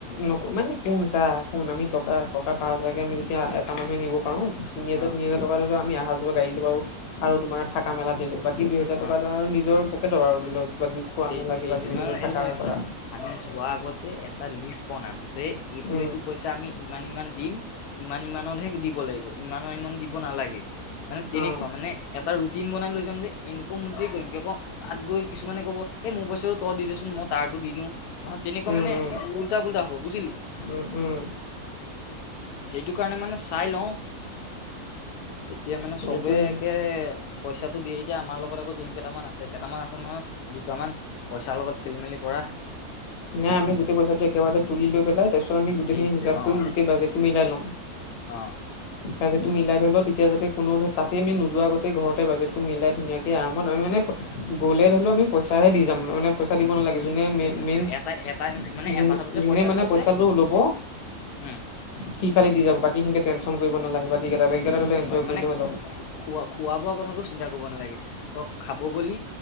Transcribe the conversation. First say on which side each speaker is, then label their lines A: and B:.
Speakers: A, on the left; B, on the left.
A: ন, মানে শুন, চাহ শুন, আমি টকা, টকা পাচঁ হাজাৰ আমি যেতিয়া এটা, মানহে নিব পাৰো তিনি হাজাৰ,
B: অ
A: তিনি হাজাৰ, টকা আমি আহা, যোৱা গাডী কিবা আৰু তোমাৰ থাকা মেলা, দিলো বাকী দুই হোজাৰ
B: অ
A: টকা, আৰু নিজৰ পকেটৰ আৰু ধৰি ল বাাকি, খোৱা
B: সেই
A: মেলা,
B: সেই
A: কিবা-কিবি
B: নহয়
A: ধৰি
B: নহয়
A: ল,
B: এইটো
A: থাকা
B: শুন এইটো
A: কৰা।
B: শুন আমি যোৱা আগত যে, এটা লিষ্ট বনাম যে, এইটো,
A: উম
B: এইটো পইচা এ, আমি ইমান, ইমান দিম, ইমান, ইমানতহে দিব লাগিব ইমানৰ, ইমান দিব নালাগে। মানে তেনেকুৱা
A: উম
B: মানে, এটা ৰুটিন বনাই লৈ যাম যে, এনেকো মতে কৰিম, কিয় কও তাত গৈ কিছুমানে ক'ব এই মোৰ পইচাটো তই দি দেচোন, মই তাৰো দি দিওঁ, নহয় তেনেকুৱা
A: উম
B: মানে
A: উম
B: উলতা-পোলতা হ'ব বুজিলি।
A: উম, উম,
B: সেইটো কাৰণে মানে, চাই লওঁ। এতিয়া মানে চবে,
A: এইটোৱে
B: একে পইচাটো দিয়ে এতিয়া আমাৰ লগত আকৌ যোন কেইটামান আছে, কেইটামান আছে নহয়। দুটামান পইচাৰ লগত খেলি-মেলি কৰা
A: নাই আমি গোটেই পইচাটো, একেবাৰতে তুলি লৈ, পেলাই তাৰ পিছত আমি গোটেইখিনি
B: সেইটোৱে
A: হিচাপ
B: অ
A: কৰিম গোটেই বাজেতটো মিলাই ল'ম
B: অ,
A: বাজেতটো মিলাই ধৰি ল, তেতিয়া, যাতে কোনো তাতে আমি, নোযোৱা আগতেই ঘৰতে বাজেটটো মিলাই ধুনীয়াকে এ, আৰামত আমি মানে গ'লে ধৰিলেও, আমি পইচাহে দি যাম, মানে পইচা দিব নালাগে, যোনে মেইন, মেইন
B: টা, এটা মানে
A: যোন,
B: এটা হাততে
A: যোনে মানে
B: আছে
A: পইচাটো ল'ব
B: উম
A: সি, খালি দি যাব, বাকী সিনি, টেনচন কৰিব নালাগে বাকী কেইটাত
B: হেৰিটো
A: হ'লে এনজয়
B: বা- মানে
A: কৰিলেই হ'ল আৰু।
B: খো- খোৱা, খোৱা-বোৱা কথাটো চিন্তা কৰিব নালাগে, তই খাব গলি